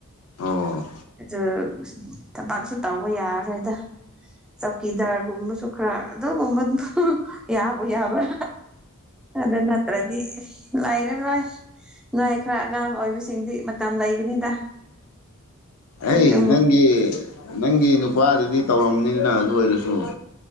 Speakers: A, on the left (about 75°); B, in the centre.
A: ꯑꯣ
B: ꯑꯗꯨ ꯊꯕꯛꯁꯨ ꯇꯧꯕ ꯌꯥꯔꯔꯣꯏꯗ ꯆꯧꯀꯤꯗꯥꯔꯒꯨꯝꯕꯁꯨ ꯈꯔ ꯑꯗꯨꯒꯨꯝꯕꯗꯨ ꯌꯥꯕꯨ ꯌꯥꯕ꯭ꯔꯥ ꯑꯗꯨꯅꯠꯇꯔꯗꯤ ꯂꯩꯔꯔꫭꯏ ꯅꯣꯏ ꯈꯔ ꯑꯉꯥꯡ ꯑꯣꯏꯕꯁꯤꯡꯗꯤ ꯃꯇꯝ ꯂꯩꯒꯅꯤꯗ
A: ꯑꯩ
B: ꯑꯗꯨꯝ
A: ꯅꯪꯒꯤ ꯅꯪꯒꯤ ꯅꯨꯄꯥꯗꯨꯗꯤ ꯇꯧꯔꯝꯅꯤꯗꯅ ꯑꯗꯨ ꯑꯣꯏꯔꯁꯨ ꯎ <unintelligible>